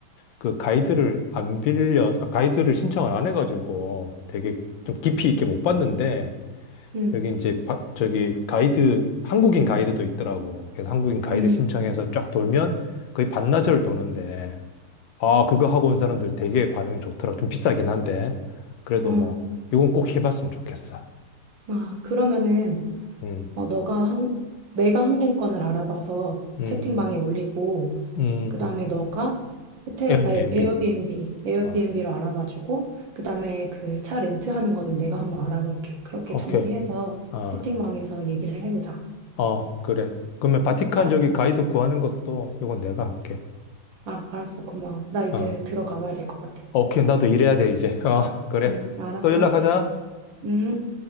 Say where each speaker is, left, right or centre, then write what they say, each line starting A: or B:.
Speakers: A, on the left; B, on the right.
A: 그 가이드를 안 빌려, 아, 가이드를 신청을 안 해가지고 되게 좀 깊이 있게 못 봤는데,
B: 음,
A: 여기 이제, 바- 저기 가이드, 한국인 가이드도 있더라고. 그래서 한국인 가이드
B: 음,
A: 신청해서 쫙 돌면 거의 반나절 도는데, 아, 그거 하고 온 사람들 되게 반응이 좋더라. 좀 비싸긴 한데. 그래도
B: 아,
A: 뭐, 이건 꼭 해봤으면 좋겠어.
B: 아, 그러면은
A: 음,
B: 어, 너가 한, 내가 항공권을 알아봐서
A: 음,
B: 채팅방에 올리고.
A: 음,
B: 그다음에 너가 호텔
A: 에어비앤비.
B: 아니, 에어비앤비 에어비앤비로
A: 아,
B: 알아봐주고 그다음에 그 차 렌트하는 거는 내가 한번 알아볼게. 그렇게
A: 오케이.
B: 정리해서
A: 아,
B: 채팅방에서 얘기를 해보자.
A: 어, 그래. 그러면 바티칸
B: 알았어.
A: 저기 가이드 구하는 것도 이건 내가 할게.
B: 아, 알았어. 고마워. 나 이제
A: 아,
B: 들어가봐야 될 것 같아.
A: 오케이. 나도 일해야 돼, 이제. 어, 그래.
B: 응, 알았어.
A: 또 연락하자.
B: 응.